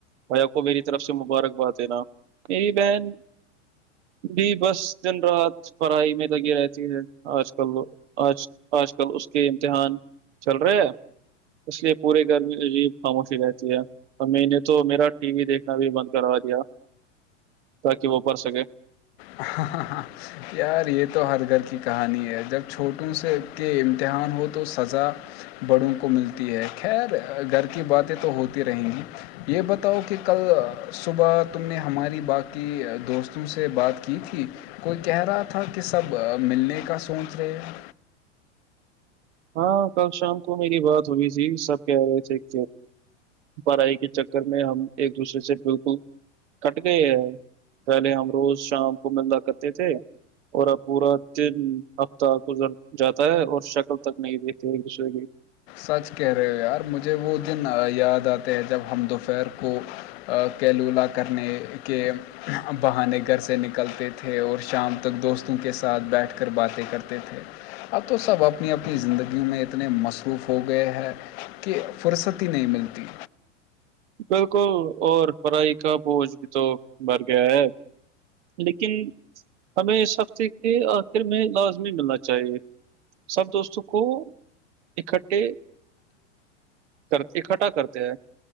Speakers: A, on the right (about 70°); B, on the left (about 55°).
A: بھیا کو میری طرف سے مبارکباد دینا میری بہن بھی بس دن رات پڑھائی میں لگی رہتی ہے آج کل آج آج کل اس کے امتحان چل رہے ہیں اس لیے پورے گرمی عجی خاموشی رہتی ہے اور میں نے تو میرا ٹی وی دیکھنا بھی بند کروا دیا تاکہ وہ پڑھ سکے
B: ہاں ہاں ہاں یار یہ تو ہر گھر کی کہانی ہے جب چھوٹوں سے کے امتحان ہو تو سزا بڑوں کو ملتی ہے خیر گھر کی باتیں تو ہوتی رہیں گی یہ بتاؤ کہ کل صبح تم نے ہماری باقی دوستوں سے بات کی تھی کوئی کہہ رہا تھا کہ سب ملنے کا سوچ رہے ہیں
A: ہاں کل شام کو میری بات ہوئی تھی سب کہہ رہے تھے کہ بڑائی کے چکر میں ہم ایک دوسرے سے بالکل کٹ گئے ہیں پہلے ہم روز شام کو ملندا کرتے تھے اور اب پورا تین ہفتہ کو جاتا ہے اور شکل ت نہیں شوگے
B: سچ کہہ رہے ہو یار مجھے وہ دن یاد آتے ہیں جب ہم دوپہر کو کیلولہ کرنے کے بہانے گھر سے نکلتے تھے اور شام تک دوستوں کے ساتھ بیٹھ کر باتیں کرتے تھے اب تو سب اپنی اپنی زندگیوں میں اتنے مس پروف ہو گئے ہے کہ فرصت ہی نہیں ملتی
A: بالکل اور پڑھائی کا بوجھ بھی تو بر گیا ہے لیکن ہمیں اس ہفتے کے آخر میں لازمی ملنا چاہیے سب دوستوں کو اکٹھے کر اکھٹھا کرتے ہیں